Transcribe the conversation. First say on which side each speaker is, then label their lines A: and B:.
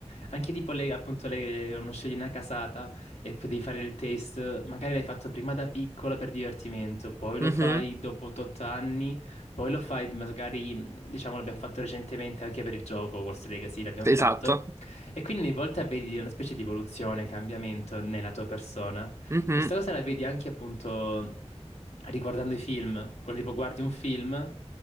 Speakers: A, on the left (about 70°); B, on the right (about 25°).
A: Anche tipo le, appunto le, uno scegli una casata e poi devi fare il test, magari l'hai fatto prima da piccolo per divertimento, poi
B: Mhm.
A: lo fai dopo 8 anni, poi lo fai magari, diciamo, l'abbiamo fatto recentemente anche per il gioco, Hogwarts Legacy l'abbiamo fatto,
B: Esatto.
A: e quindi ogni volta vedi una specie di evoluzione, cambiamento nella tua persona.
B: Mhm.
A: E sta cosa la vedi anche appunto riguardando i film. Quando tipo guardi un film